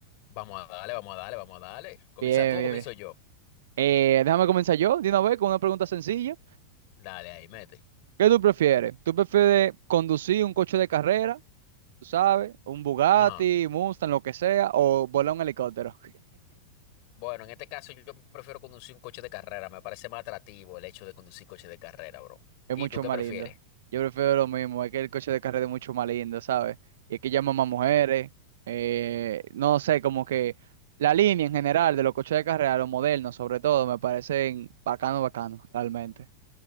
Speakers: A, on the left; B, on the right.
A: vamos a darle, vamos a darle, vamos a darle. ¿Comienza
B: Bien,
A: tú
B: bien,
A: o comienzo
B: bien.
A: yo?
B: Eh, déjame comenzar yo, de una vez, con una pregunta sencilla.
A: Dale, ahí, mete.
B: ¿Qué tú prefieres? ¿Tú prefieres conducir un coche de carrera, tú sabes? Un Bugatti,
A: Ajá.
B: Mustang, lo que sea, o volar un helicóptero?
A: Bueno, en este caso yo prefiero conducir un coche de carrera, me parece más atractivo el hecho de conducir coche de carrera, bro.
B: Es
A: ¿Y
B: mucho
A: tú qué
B: más
A: prefieres?
B: lindo. Yo prefiero lo mismo, es que el coche de carrera es mucho más lindo, ¿sabes? Y es que llama más mujeres, eh, no sé, como que la línea en general de los coches de carrera, los modernos sobre todo, me parecen bacano, bacano, realmente.